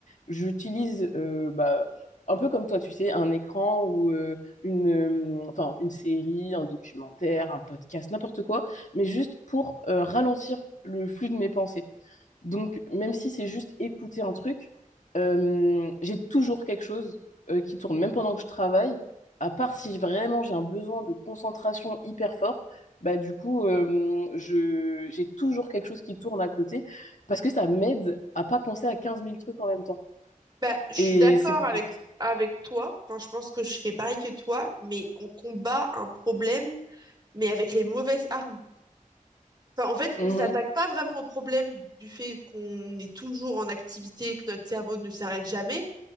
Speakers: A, on the left; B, on the right.
A: j'utilise euh, bah, un peu comme toi, tu sais, un écran ou euh, une, euh, enfin, une série, un documentaire, un podcast, n'importe quoi, mais juste pour euh, ralentir le flux de mes pensées. Donc, même si c'est juste écouter un truc, euh, j'ai toujours quelque chose euh, qui tourne, même pendant que je travaille, à part si vraiment j'ai un besoin de concentration hyper fort, bah du coup, euh, je, j'ai toujours quelque chose qui tourne à côté, parce que ça m'aide à pas penser à quinze mille trucs en même temps.
B: Bah, je suis
A: Et
B: d'accord
A: c'est...
B: avec avec toi. Enfin, je pense que je fais pareil que toi, mais on combat un problème, mais avec les mauvaises armes. Enfin, en fait,
A: Mhm,
B: on s'attaque pas vraiment au problème du fait qu'on est toujours en activité, que notre cerveau ne s'arrête jamais.